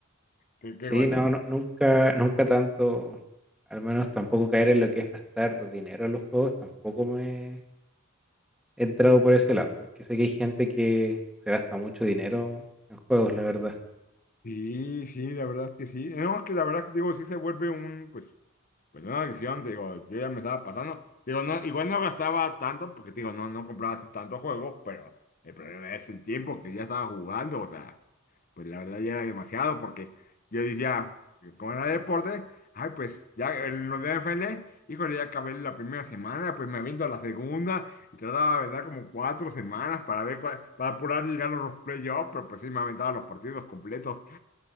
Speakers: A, on the left (about 40°); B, in the centre.
A: Qué, qué
B: Sí,
A: bueno.
B: no, nu- nunca, nunca tanto, al menos tampoco caer en lo que es gastar dinero en los juegos, tampoco me he entrado por ese lado, porque sé que hay gente que se gasta mucho dinero en juegos, la verdad.
A: Sí, sí, la verdad es que sí. No, es que la verdad es que digo, sí se vuelve un, pues, Pues una adicción, te digo, yo ya me estaba pasando. Te Digo, no, igual no gastaba tanto, porque te digo, no, no compraba así tanto juego, pero el problema es el tiempo que ya estaba jugando, o sea, pues la verdad ya era demasiado, porque yo decía, como era deporte, ay, pues ya en los de NFL, híjole, ya acabé la primera semana, pues me aviento a la segunda, y trataba de aventar como cuatro semanas para ver cuál- para apurar y llegar a los playoffs, pero pues sí me aventaba los partidos completos,